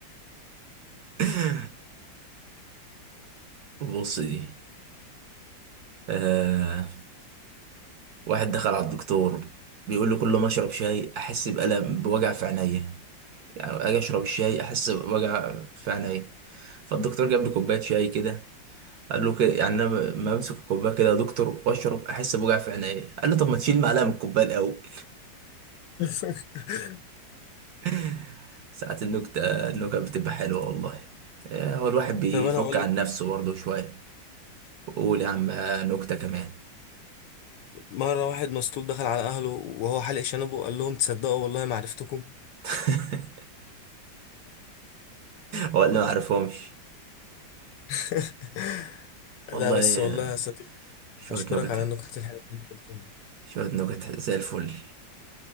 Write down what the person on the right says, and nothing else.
<laughs> بص دي آه. واحد دخل على الدكتور بيقول له كل ما اشرب شاي احس بالم بوجع في عينيا يعني اجي اشرب الشاي احس بوجع في عينيا فالدكتور جاب له كوبايه شاي كده قال له كده يعني انا ما امسك الكوبايه كده يا دكتور واشرب احس بوجع في عينيا قال له طب ما تشيل معلقه من الكوبايه الاول
<laughs> ساعات النكته النكت بتبقى حلوه والله آه، هو الواحد بيفك
عن
نفسه برضه شويه قول يا عم نكتة كمان
<laughs> ولا ما اعرفهمش
والله
شوية
نكت
شوية نكت زي الفل